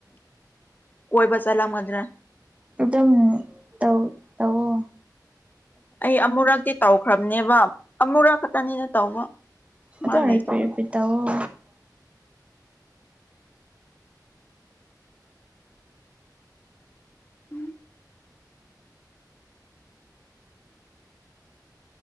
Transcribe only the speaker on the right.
ꯑꯗꯨꯝ ꯇꯧ ꯇꯧꯑꯣ
ꯑꯗꯣ
ꯔꯦꯄꯤꯠ ꯔꯦꯄꯤꯠ ꯇꯧꯑꯣ